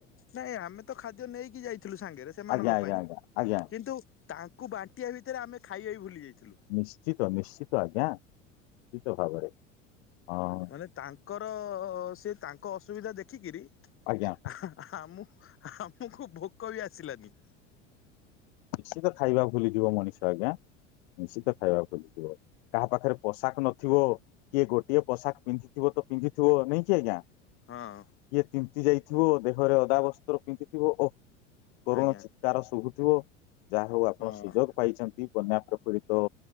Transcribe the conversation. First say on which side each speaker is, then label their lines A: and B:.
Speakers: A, on the left; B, on the left.
A: ନାଇଁ ଆମେ ତ ଖାଦ୍ୟ ନେଇକି ଯାଇଥିଲୁ ସାଙ୍ଗରେ ସେମାନଙ୍କ
B: ଆଜ୍ଞା ଆଜ୍ଞା
A: ପାଇଁ।
B: ଆଜ୍ଞା ଆଜ୍ଞା
A: କିନ୍ତୁ ତାଙ୍କୁ ବାଣ୍ଟିଆ ଭିତରେ ଆମେ ଖାଇଆ ବି ଭୁଲି ଯାଇଥିଲୁ।
B: ନିଶ୍ଚିତ ନିଶ୍ଚିତ ଆଜ୍ଞା ନିଶ୍ଚିତ ଭାବରେ ହଁ।
A: ମାନେ ତାଙ୍କର ସେ ତାଙ୍କ ଅସୁବିଧା ଦେଖିକିରି
B: ଆଜ୍ଞା।
A: <unintelligible> ଆମୁ ଆମୁକୁ ଭୋକ ବି ଆସିଲାନି।
B: ନିଶ୍ଚିତ ଖାଇବା ଭୁଲିଯିବ ମଣିଷ ଆଜ୍ଞା ନିଶ୍ଚିତ ଖାଇବା ଭୁଲିଯିବ। କାହା ପାଖେରେ ପୋଷାକ ନଥିବ କିଏ ଗୋଟିଏ ପୋଷାକ୍ ପିନ୍ଧିଥିବ ତ ପିନ୍ଧିଥିବ ନାଇଁକି ଆଜ୍ଞା
A: ହଁ।
B: କିଏ ତିନ୍ତି ଯାଇଥିବ ଦେହରେ ଅଦା ବସ୍ତ୍ର ପିନ୍ଧିଥିବ ଓ କରୁଣ
A: ଆଜ୍ଞା
B: ଚିତ୍କାର ଶୁଭୁଥିବ ଯାହା ହଉ ଆପଣ
A: ହଁ
B: ସୁଯୋଗ ପାଇଚନ୍ତି। ବନ୍ୟା ପ୍ରପୀଡିତ